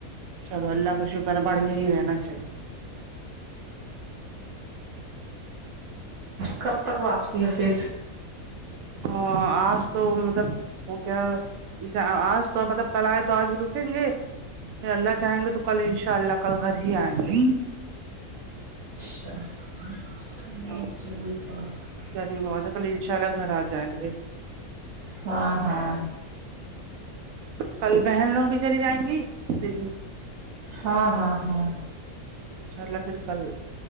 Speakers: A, on the right; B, on the right.
A: چلو اللہ کا شکر ہے بڑھیا ہی رہنا چاہیے
B: کب تک واپسی ہے پھر
A: ہ آج تو مطلب وہ کیا آج تو مطلب کل آئے تو آج رکیں گے پھر اللہ جاہیں گے تو کل ان شاء اللہ کل گھر ہی آئیں گے
B: <inaudible>
A: ہاں گرمی بہت ہے کل ان شاء اللہ گھر آ جائیں گے
B: ہاں ہاں
A: کل بہن لوگ بھی چلی جائیں گی دلی
B: ہاں ہاں ہاں
A: ان شاء اللہ پھر کل